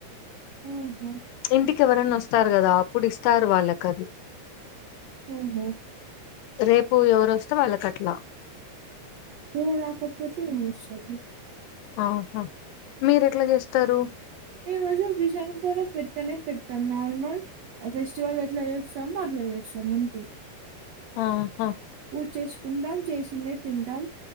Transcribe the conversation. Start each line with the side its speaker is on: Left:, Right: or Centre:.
Right: ఆహా!
Left: ఇంటి ఎవరన్న వస్తారు కదా అప్పుడు ఇస్తారు వాళ్ళకది
Right: మ్ హు
Left: రేపు ఎవరోస్తే వాళ్ళకట్లా
Right: ఎవరు రాకపోతే మన ఇష్టమా
Left: ఆహా మీరు ఎట్లా చేస్తారు
Right: మేము రజు విిజాన్కారు పెట్టనే పెట్టాం నార్మల్ ఫెస్టివల్ ఎట్లా చేస్తాము అట్లా చేస్తాము అంతే
Left: ఆహా
Right: పూజ చేసుకుంటాం చేసిందే తింటాం